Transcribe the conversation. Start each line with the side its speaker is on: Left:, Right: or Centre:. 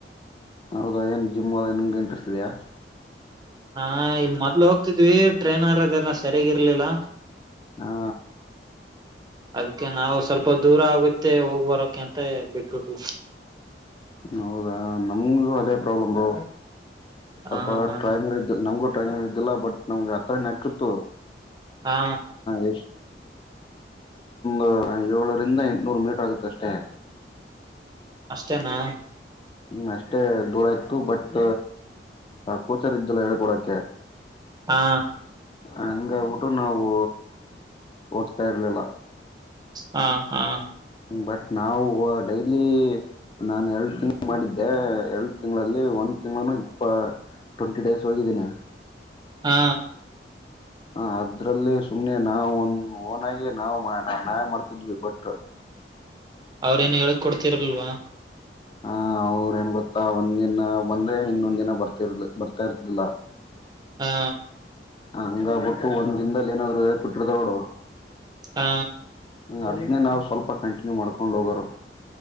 Left: ಹೌದಾ ಏನ್ ಜಿಮ್ ಆದದ ನಿಮ್ಗೆ ಇಂಟ್ರೆಸೆಸ್ಟ್ ಇದೆಯಾ.
Right: ಹಾ ಈ ಮೊದ್ಲು ಹೋಗ್ತಿದ್ವಿ ಟ್ರೈನರ್ ಅದ ಸರಿಯಾಗಿಿರ್ಲಿಲ್ಲ.
Left: ಹಾ.
Right: ಅದಕ್ಕೆ ನಾವು ಸ್ವಲ್ಪ ದೂರ ಆಗುತ್ತೆ ಹೋಗ್ ಬರೋಕ ಅಂತ ಬಿಟ್ಬಿಟ್ವಿ.
Left: ಹೌದಾ ನಮಗು ಅದೇ ಪ್ರಾಬ್ಲಮ ಸ್ವಲ್ಪ
Right: ಹಾ ಹಾ
Left: ಟ್ರೈನರ್ ನಮಗೂ ಟ್ರೈಮಂಗಿಲ್ಲ ಬಟ್ ನಮ್ಗೆ ಆಥ ಹಾಕಿತ್ತು
Right: ಹಾ
Left: ಎ ಒ ಏಳರಿಂದ ಎಂಟ್ುನೂರು ಮೀಟರ್ ಆಗುತ್ತೆ ಅಷ್ಟೇ
Right: ಅಷ್ಟೇನಾ
Left: ಹ್ಮ್ ಅಷ್ಟೇ ದೂರ ಇತತ್ತು ಬಟ್ ಕೋಚರ್ ಇದ್ದಲ್ಲ ಹೇಳ್ಕೊಡಕೆ
Right: ಹಾ.
Left: ಹಂಗಾಗಬಿಟ್ಟು ನಾವು. ಹೋಗ್ತಾ ಇರ್ಲಿಲ್ಲ
Right: ಹಾ ಹಾ.
Left: ಬಟ್ ನಾವು ಡೈಲಿ. ನಾನ್ ಎರಡು ತಿಂಗಳ್ ಮಾಡಿದ್ದೆ ಎರಡು ತಿಂಗಳಲ್ಲಿ ಒಂದ್ ತಿಂಗಳನು ಇಪ್ಪ. ಟ್ವೆಂಟಿಡೇಸ್ ಹೋಗಿದ್ದೀನಿ.
Right: ಹಾ.
Left: ಹ ಅದ್ರಲ್ಲಿ ಸುಮ್ನೆ ನಾವವುನ್ ಓನಗ ನಾವು ನಾವೇ ಮಾಡ್ತಿದ್ವಿ ಬಟ್.
Right: ಅವ್ರೇಏನ್ ಹೇಳ್ ಕೊಡ್ತಿರಲ್ವಾ.
Left: ಹ ಅವ್ರೇಏನ್ ಗೊತ್ತಾ ಒಂದ ದಿನ ಬಂದ್ರೆ ಇನ್ನೊಂದ್ ದಿನ ಬರ್ತಿರ್ ಬರ್ತಾ ಇರ್ತಿಲ್ಲ.
Right: ಹಾ.
Left: ಹಂಗ ಬಿಟ್ಟು ಒಂದ್ ದನ್ದಲ್ಲಿ ಏನಾದ್ರು ಕೊಟ್ಟಿರ್ತ ನೋಡು.
Right: ಹಾ.
Left: ಹ ಅದನ್ನೇ ನಾವ್ ಸ್ವಲ್ಪ ಕಂಟಿನ್ಯೂ ಮಾಡ್ಕೊಂಡ್ ಹೋಗೋರು.